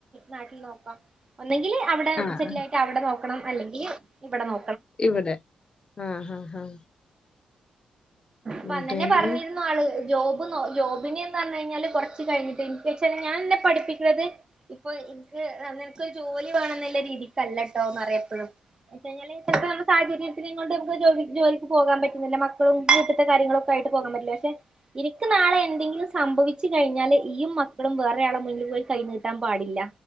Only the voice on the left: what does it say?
ആ
ആ
ഇവടെ ആഹ് ഹഹ ഇവിടെന്ന്